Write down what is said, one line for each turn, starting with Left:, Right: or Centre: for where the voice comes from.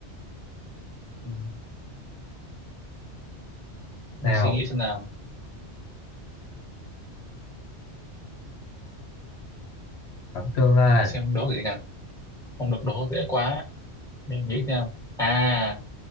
Centre: ừ.
Left: sao
Centre: suy nghĩ xem nào
Left: khẩn trương lên
Centre: Để xem đố cái gì nhỉ không được đố dễ quá để nghĩ xem à